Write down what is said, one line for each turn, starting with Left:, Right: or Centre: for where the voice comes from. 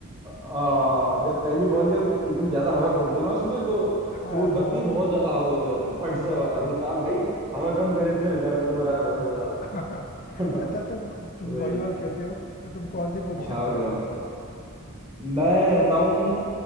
Right: आ, जब पहली बॉल जब एकदम ज्यादा हवा भर दो ना उसमें तो
Left: हाँ
Right: चोट लगती
Left: बहुत
Right: है बहुत ज्यादा हाथों पे फट से
Left: बहुत
Right: आवाज
Left: तेज
Right: आती है ना भाई हवा कम करे इसमें दर्द हो रहा है बहुत ज्यादा
Left: <laughs>
Right: <laughs>
Left: अच्छा तुम तुम
Right: वही
Left: वॉलीबॉल खेलते हो तो तुम कौन से पोजीशन
Right: हाँ
Left: पे
Right: और
Left: रहते
Right: क्या
Left: हो
Right: मैं रहता हूँ